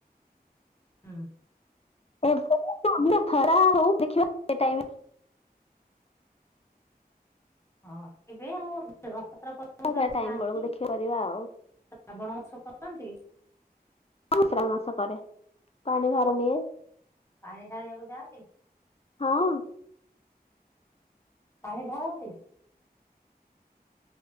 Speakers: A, on the left; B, on the left.
A: ହୁଁ।
B: ଏ ବ <unintelligible> ରଥ ଯାତ୍ରା ହଉ ଦେଖିବା ସେ ଟାଇମ୍ ରେ
A: ହଁ ଏବେ ଆଉ ରଥାଯାତ୍ରା ପରେ
B: ରଥଯାତ୍ରା
A: ତ ଆଉ କିଛି
B: ଟାଇମ୍
A: ନାହିଁ।
B: ବେଳକୁ ଦେଖିବା କରିବା ଆଉ
A: ଶ୍ରାବଣ ମାସ କରନ୍ତି?
B: ଶ୍ରାବଣ ମାସ କରେ, ପାଣି ଭାର ନିଏ।
A: ପାଣି ଢାଳିିବାକୁ ଯାଆନ୍ତି।
B: ହଁ
A: ପାଣି ଢାଳନ୍ତି।